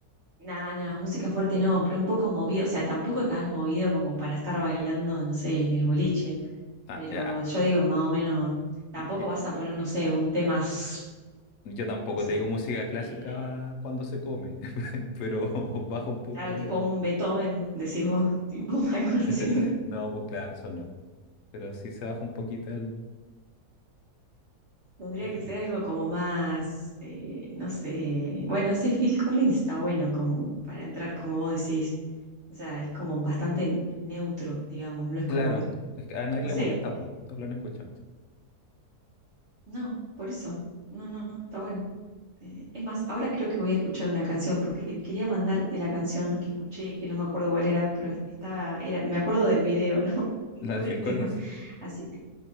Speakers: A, on the right; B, on the left.
A: Nada, nada, música fuerte no, pero un poco movido, o sea, tampoco tan movido como para estar bailando, no sé, en el boliche,
B: Ah,
A: pero
B: eh, ah,
A: yo digo, más o menos, tampoco
B: y- y-
A: vas a poner, no sé, un tema, s-
B: yo, tampoco
A: no sé,
B: te digo música clásica
A: eh,
B: cuando se come, <laughs> pero baja un poco
A: claro, tipo
B: el...
A: un Beethoven, decís vos, <laughs> tipo algo
B: <laughs>
A: así.
B: No, pues claro, eso no. Pero sí se baja un poquito el...
A: Tendría
B: el...
A: que ser algo como más, eh, no sé. Bueno, ese Phil Collins está bueno como para entrar, como vos decís. O sea, es como bastante neutro, digamos. No es
B: Claro,
A: como que,
B: es que a nadie
A: no
B: le
A: sé,
B: molesta, pues, todos lo han escuchado.
A: no, por eso. No, no, no, está bueno. Eh, es más, ahora creo que voy a escuchar una canción porque quería mandarte la canción que escuché, que no me acuerdo cuál era, pero estaba, era, me acuerdo del video, <laughs> ¿no? No
B: La de
A: del
B: Phil Collins.
A: tema. Así que,